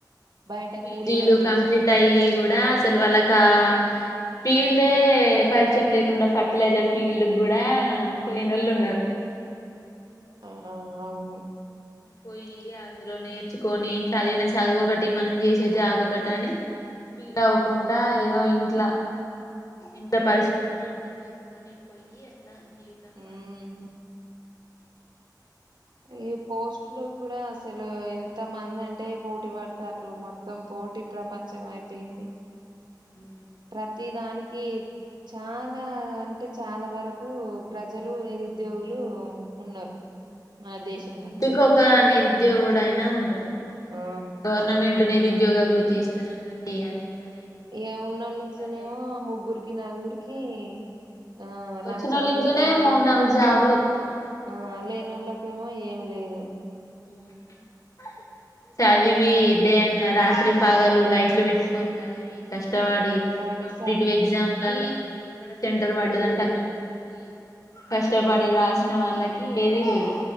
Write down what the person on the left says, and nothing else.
పీజీలు
కంప్లీట్ అయ్యి కూడా అసలు వాళ్ళకా ఫీల్డ్ అే పరిచయం లేకుండా ఫర్టిలైజర్ ఫీల్డ్ కూడా పోయినళ్ళు ఉన్నారు
పోయి అందులో నేర్చుకొని చదివిన చదువు ఒకటి మనం చేసే జాబ్ ఒకటి అని ఫీల్ అవ్వకుండా ఏదో ఇంట్లా ఇంత పరిస్థితులను అర్థం చేసుకొని పోయి జీవితం కూడా
ఉ
ఇంటిక ఒక నిరుద్యోగుడు అయినా ఉంటాడు
గవర్నమెంట్ నిరుద్యోగ అభివృద్ధి ఇస్తానన్నది అది ఇవ్వలేదు
సరే
వచ్చినోళ్ళ
ఇంట్లోనే
మూడు నాలుగు జాబులు వత్తాయి
హ చదివి దేన్ రాత్రి పగలు ైట్లు విట్కొ చదివి కష్ట వాడి
కాంపిటేటివ్
ఎగ్జామ్
లకు ఎక్కడ సెంటర్ పడ్డదంట
అక్కడియి కష్టపడి రాసిన వాళ్ళకి ఏదీ లేదు